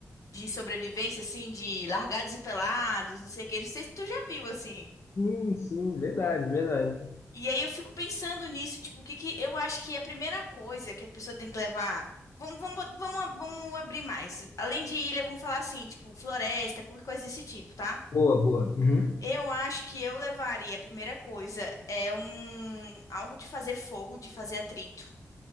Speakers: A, on the left; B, on the left.
A: de sobrevivência, assim, de largados e pelados, não sei o quê. Não sei se tu já viu, assim.
B: Sim, sim, verdade, verdade.
A: E aí eu fico pensando nisso, tipo, o que que eu acho que a primeira coisa que a pessoa tem que levar. Vamos, vamos, bot- vamos, a- vamos abrir mais. Além de ilha, vamos falar assim, tipo, floresta, qualquer coisa desse tipo, tá?
B: Boa, boa. Uhum.
A: Eu acho que eu levaria, a primeira coisa, é um algo de fazer fogo, de fazer atrito.